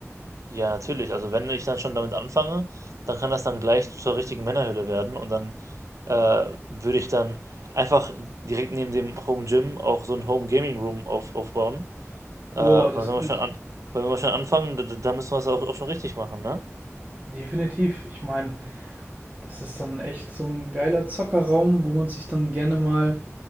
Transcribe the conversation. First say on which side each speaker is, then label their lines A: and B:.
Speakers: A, on the right; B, on the right.
A: Ja, natürlich. Also wenn ich dann schon damit anfange, dann kann das dann gleich zur richtigen Männerhöhle werden und dann äh, würde ich dann einfach direkt neben dem Home Gym auch so ein Home Gaming Room auf, aufbauen Äh,
B: Boah,
A: weil
B: das
A: wenn
B: ist
A: wir
B: gut.
A: schon an, weil wenn wir schon anfangen, da, da da müssen wir es auch, auch schon richtig machen, ne?
B: Definitiv. Ich meine, Das ist dann echt so ein geiler Zockerraum, wo man sich dann gerne mal